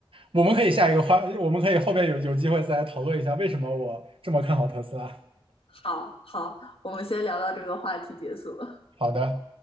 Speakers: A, on the right; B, on the left.
A: 我们可以下一个话，我们可以后边有有机会再来讨论一下为什么我这么看好特斯拉。
B: 好好，我们先聊到这个话题结束。
A: <laughs> 好的。